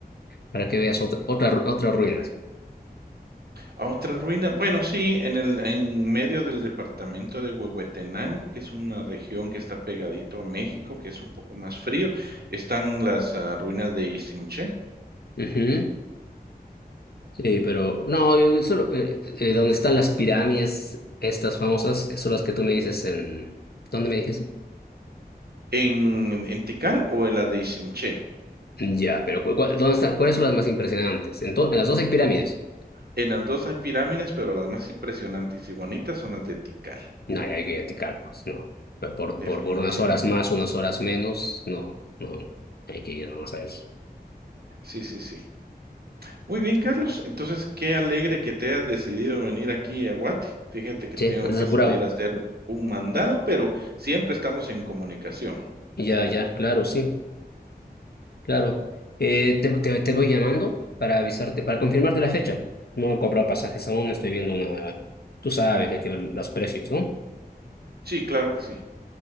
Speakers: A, on the left; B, on the right.
A: para que veas otra, otra, ru- otra ruina.
B: A otra ruina, bueno, sí, en el en medio del departamento de Huehuetenango, que es una región que está pegadito a México, que es un poco más frío, están las, ah, ruinas de Isimché.
A: Ujú. Sí, pero no, yo yo solo, eh, eh, donde están las pirámides, estas famosas, eh, son las que tú me dices en... ¿Dónde me dijiste?
B: En en Tikal o en las de Isimché.
A: Ya, pero cu- cu- ¿dónde están? ¿Cuáles son las más impresionantes? ¿En, to- en las dos hay pirámides?
B: En las 2 hay pirámides, pero las más impresionantes y bonitas son las de Tikal,
A: No, hay que eticar, pues no. Por, por,
B: definitivamente.
A: por por unas horas más, unas horas menos, no, no. Hay que ir nomás a eso.
B: Sí, sí, sí. Muy bien, Carlos. Entonces, qué alegre que te hayas decidido venir aquí a Guate. Fíjate que
A: Che,
B: tengo
A: andas
B: que
A: apurado.
B: salir a hacer un mandado, pero siempre estamos en comunicación.
A: Ya, ya, claro, sí. Claro. Eh, te, te, te voy llamando para avisarte, para confirmarte la fecha. No he cobrado pasajes aún, estoy viendo una... Tú sabes, hay que ver los precios, ¿no?
B: Sí, claro que sí.